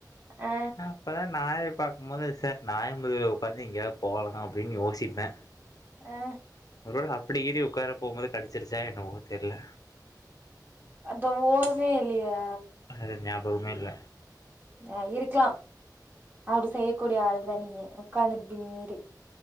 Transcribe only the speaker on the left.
அப்பதா நாயை பாக்கும்போது ச நாய் முதுகுல உட்காந்து எங்கயாவது போகனு அப்டின்னு யோசிப்பே
ஒருவேள அப்படி ஏறி உக்கார போகும்போது கடிச்சிருச்சா என்னமோ தெரில
அது ஞாபகமே இல்ல